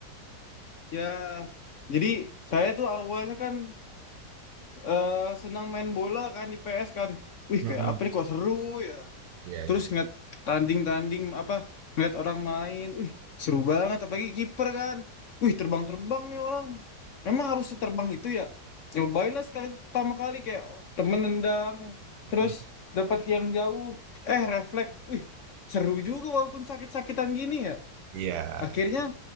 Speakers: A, on the left; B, on the right.
A: Ya, jadi saya tuh awalnya kan eh, senang main bola kan di PS kan. Wih,
B: Mm-mm.
A: kayak apa nih kok seru ya.
B: Iya
A: terus
B: iya.
A: ngeliat tanding-tanding apa ngeliat orang main wih seru banget apalagi kiper kan wih terbang-terbang nih orang emang harus terbang itu ya cobain lah sekali pertama kali kayak temen nendang terus
B: Mhm.
A: dapat yang jauh eh refleks wih seru juga walaupun sakit-sakitan gini ya
B: Iya
A: akhirnya